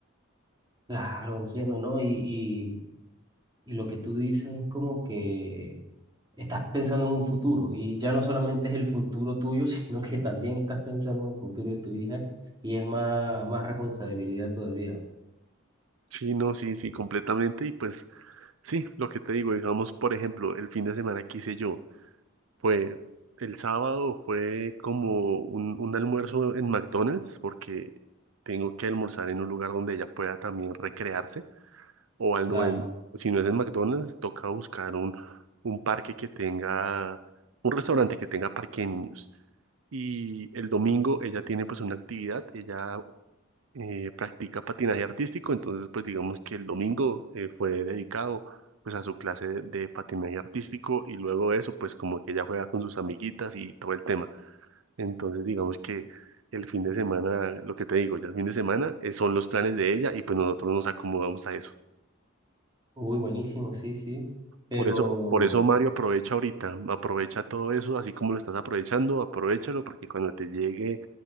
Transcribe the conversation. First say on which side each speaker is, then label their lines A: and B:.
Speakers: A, on the right; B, on the right.
A: Claro, entiendo, ¿no? Y, y, y lo que tú dices es como que estás pensando en un futuro y ya no solamente es el futuro tuyo, <laughs> sino que también estás pensando en el futuro de tu hija y es más, más responsabilidad todavía.
B: Sí, no, sí, sí, completamente. Y pues sí, lo que te digo, digamos, por ejemplo, el fin de semana que hice yo. Fue el sábado, fue como un, un almuerzo en McDonald's, porque tengo que almorzar en un lugar donde ella pueda también recrearse, o al
A: Claro.
B: no en- si no es en McDonald's, toca buscar un, un parque que tenga, un restaurante que tenga parque de niños. Y el domingo ella tiene pues una actividad, ella eh, practica patinaje artístico, entonces pues digamos que el domingo eh, fue dedicado pues a su clase de, de patinaje artístico y luego de eso pues como que ella juega con sus amiguitas y todo el tema. Entonces digamos que el fin de semana, lo que te digo, ya el fin de semana eh, son los planes de ella y pues nosotros nos acomodamos a eso.
A: Uy, buenísimo, sí, sí. Pero...
B: Por eso, por eso Mario aprovecha ahorita, aprovecha todo eso así como lo estás aprovechando, aprovechalo porque cuando te llegue